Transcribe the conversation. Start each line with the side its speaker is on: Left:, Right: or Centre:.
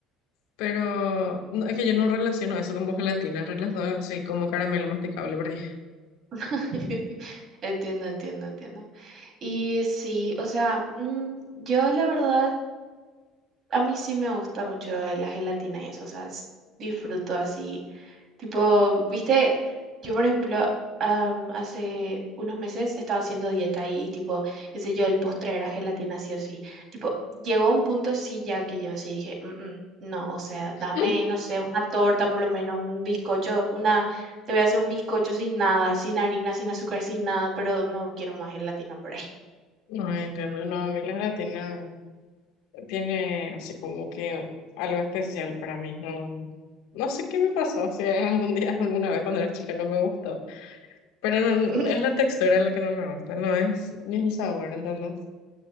Left: Pero no, es que yo no relaciono eso como gelatina, relaciono así como caramelo masticable por ahí.
Right: <laughs> Entiendo, entiendo, entiendo. Y sí, o sea, mm, yo la verdad, a mí sí me gusta mucho la gelatina y eso, o sea, s- disfruto así. Tipo, viste, yo por ejemplo, am, hace unos meses estaba haciendo dieta y, y tipo, qué sé yo, el postre era gelatina sí o sí. Tipo, llegó un punto sí ya que yo sí dije, "Mm, mm, no, o sea,
Left: <laughs>
Right: dame, no sé, una torta por lo menos, un bizcocho, una, te voy a hacer un bizcocho sin nada, sin harina, sin azúcar, sin nada, pero no quiero más gelatina por ahí.
Left: No entiendo, no, a mí la gelatina tiene así como que algo especial para mí. No, no sé qué me pasó, si algún día, alguna vez cuando era chica no me gustó. Pero no,
Right: <laughs>
Left: es la textura lo que no me gusta, no es ni el sabor, entonces.